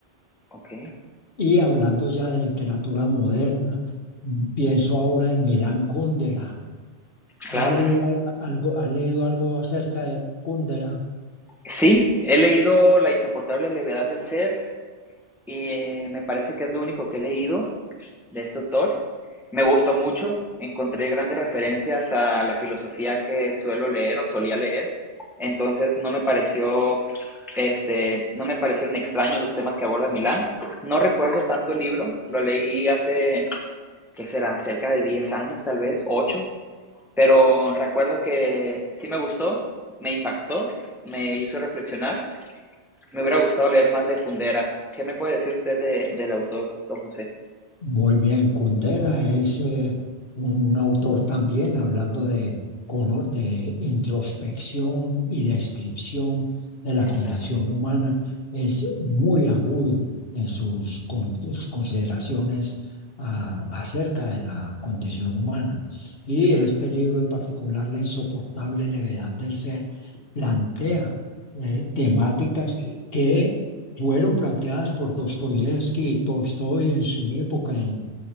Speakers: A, in the centre; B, on the left (about 55°).
A: ok,
B: Y hablando ya de literatura moderna, mm, pienso ahora en Milán Kundera. ¿Has
A: claro.
B: leído al- algo, has leído algo acerca de Kundera?
A: Sí, he leído La insoportable levedad del ser y eh, me parece que es lo único que he leído. de este autor. Me gustó mucho, encontré grandes referencias a la filosofía que suelo leer o solía leer, entonces no me pareció este, no me parecieron extraños los temas que aborda Milán. No recuerdo tanto el libro, lo leí hace, que será, cerca de 10 años tal vez, ocho pero recuerdo que sí me gustó, me impactó, me hizo reflexionar. Me hubiera gustado leer más de Kundera. ¿Qué me puede decir usted de, del autor, don José?
B: Muy bien, Kundera es eh, un autor también hablando de, cono- de introspección y descripción de la condición
A: Claro,
B: humana. Es muy agudo en sus, con- sus consideraciones ah, acerca de la condición humana. Y
A: claro,
B: este libro en particular, La insoportable levedad del ser, plantea eh, temáticas que fueron planteadas por Dostoyevsky y Tolstoy en su época, en,